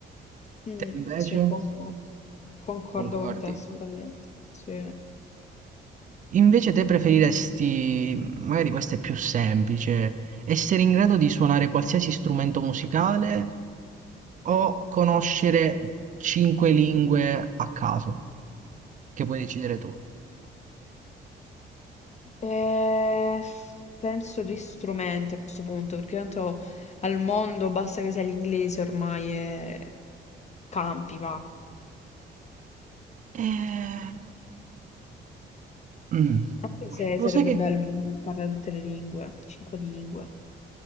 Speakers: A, on the left; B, on the right.
A: Mm,
B: Te invece?
A: sì, concordo. Concordo
B: Concordi?
A: con te assolutamente. Sì.
B: Invece te preferiresti, magari questa è più semplice, essere in grado di suonare qualsiasi strumento musicale o conoscere cinque lingue a caso, che puoi decidere tu?
A: Eh, penso di strumenti a questo punto, perché tanto al mondo basta che sia l'inglese ormai e campi, va.
B: Ehm, mh,
A: Anche se
B: lo
A: sarebbe
B: sai che...
A: bello saper parlare tutte le lingue, cinque lingue.